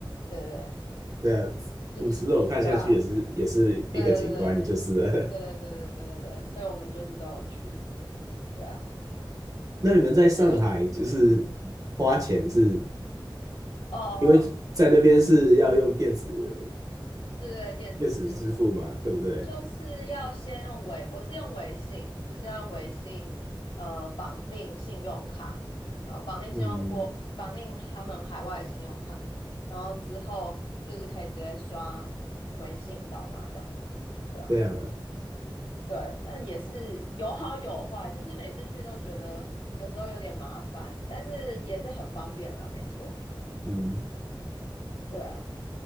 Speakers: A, on the left (about 80°); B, on the right (about 40°).
A: 对对对，
B: 对啊，
A: 就是对啊，
B: 五十楼看下去也是也是一个景观，
A: 对对
B: 就是了
A: 对对对对对对对对，所以我们就是都有去，对啊。
B: <laughs> 那你们在上海就是花钱是
A: 那你，嗯，哦哦，
B: 因为在那边是要用电子
A: 就对对，电子支付
B: 电子支付嘛，对不对？
A: 就是要先用微，我是用微信，就是要用微信，呃，绑定信用卡，然后绑定信用国，
B: 嗯，
A: 绑定他们海外的信用卡，然后之后就是可以直接刷微信扫码这样子，对啊
B: 这样啊，
A: 对，但也是有好有坏，就是每次去都觉得有时候有点麻烦，但是也是很方便啊，没错，
B: 嗯
A: 对啊。